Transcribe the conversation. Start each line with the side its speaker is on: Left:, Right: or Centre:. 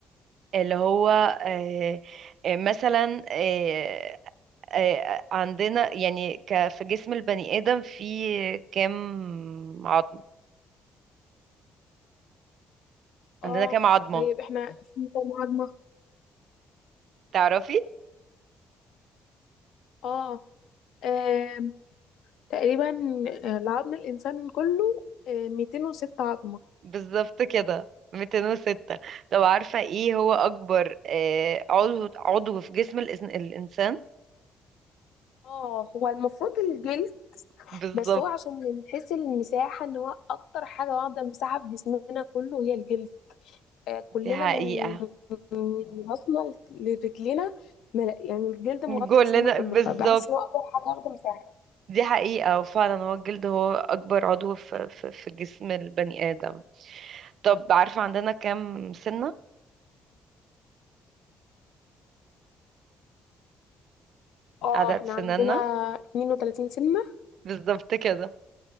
Right: اللي هو أه آه، مثلا أه أه عندنا يعني ك- في جسم البني آدم في كام عظم
Left: اه
Right: عندنا كام عظمة
Left: طيب احنا في كام عظمة؟
Right: تعرفي
Left: اه آم، تقريبا آه، العظم الإنسان كله آه، 206 عظمة
Right: بالظبط كده 206 طب عارفة ايه هو أكبر آه، عضو عضو في جسم الإس- الإنسان
Left: اه هو المفروض الجلد
Right: بالظبط
Left: بس هو عشان من حيث المساحة ان هو أكتر حاجة واخدة مساحة في جسمنا كله هي الجلد آه، كلنا
Right: دي حقيقة
Left: من من راسنا لرجلينا مل- يعني الجلد مغطي
Right: كلنا
Left: جسمنا كله
Right: بالظبط
Left: فبحس ان هو اقدر حاجه اخده مساحه
Right: دي حقيقة وفعلا هو الجلد هو أكبر عضو في, في, في جسم البني آدم طب عارفة عندنا كام سنة
Left: اه
Right: عدد
Left: احنا
Right: سنانا
Left: عندنا 32 سنه
Right: بالظبط كده